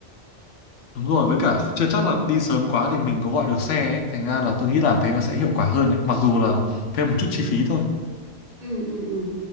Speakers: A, on the left (about 80°); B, on the right (about 50°).
A: đúng rồi với cả chưa chắc là đi sớm quá thì mình có gọi được xe ấy thành ra là tôi nghĩ làm thế là sẽ hiệu quả hơn đấy mặc dù là thêm một chút chi phí thôi
B: ừ ừ ừ